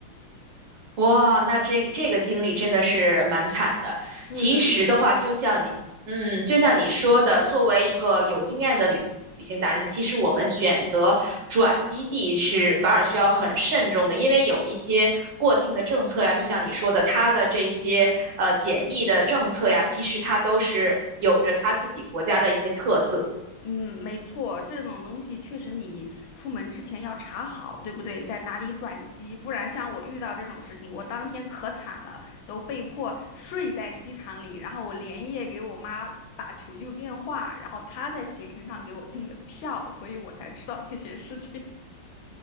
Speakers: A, on the right; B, on the left.
A: 哇，那这这个经历真的是蛮惨的。
B: 是，
A: 其实的话，就像你，嗯，就像你说的，作为一个有经验的旅旅行达人，其实我们选择转基地是反而需要很慎重的，因为有一些过境的政策呀，就像你说的，它的这些呃检疫的政策呀，其实它都是有着它自己国家的一些特色。
B: 嗯，没错，这种东西确实你出门之前要查好，对不对？在哪里转机，不然像我遇到这种事情，我当天可惨了，都被迫睡在机场里，然后我连夜给我妈打求救电话，然后她在携程上给我订的票，所以我才知道这些事情。